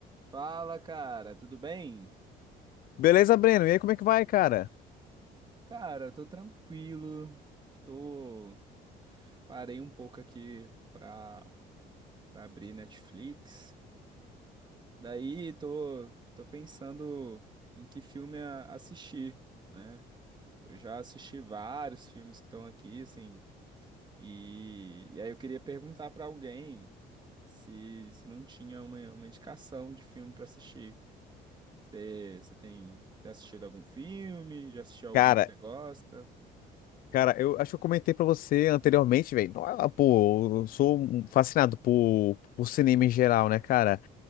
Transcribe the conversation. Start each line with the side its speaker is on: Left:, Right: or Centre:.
Right: Fala, cara, tudo bem?
Left: Beleza, Breno? E aí, como é que vai, cara?
Right: Cara, eu tô tranquilo. Tô parei um pouco aqui pra, pra abrir Netflix. Daí tô tô pensando em que filme a- assistir, né? Eu já assisti vários filmes que estão aqui, assim, e, e aí eu queria perguntar pra alguém se, se não tinha uma, uma indicação de filme pra assistir. Você você tem, tem assistido algum filme? Já assistiu algum
Left: Cara,
Right: que você gosta?
Left: cara, eu acho que eu comentei pra você anteriormente, velho. Nó- ah, Pô, eu sou um fascinado por, por cinema em geral, né, cara?